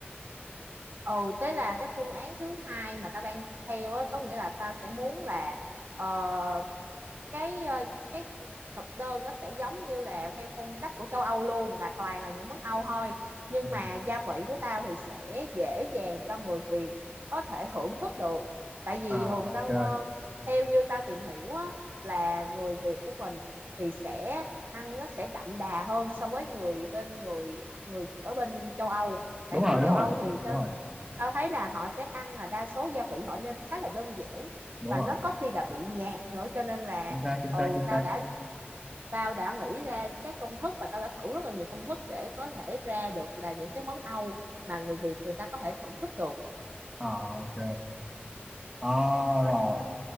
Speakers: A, on the right; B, on the right.
A: ừ thế là cái phương án thứ hai mà tao đang theo á có nghĩa là tao sẽ muốn là ờ, cái ờ, cái thực đơn nó sẽ giống như là theo phong cách của châu Âu luôn là toàn là những món Âu thôi nhưng
B: ừ.
A: mà gia vị của tao thì sẽ dễ dàng cho người Việt có thể hưởng thức được tại vì
B: à
A: thường
B: ok
A: tao ờ, theo như tao tìm hiểu á, là người Việt của mình thì sẽ ăn nó sẽ đậm đà hơn so với người bên người người ở bên châu Âu tại
B: đúng
A: người
B: rồi
A: châu
B: đúng rồi
A: Âu thì tao
B: đúng rồi
A: tao thấy là họ sẽ ăn là đa số gia vị họ nêm khá là đơn giản
B: đúng
A: và
B: rồi
A: nó có khi là bị nhạt nữa cho nên là
B: chính xác chính
A: ừ
B: xác chính
A: tao
B: xác
A: đã tao đã nghĩ ra các công thức và tao đã thử rất là nhiều công thức để có thể ra được là những cái món Âu mà người Việt người ta có thể thưởng thức được
B: à ok Ờ, rồi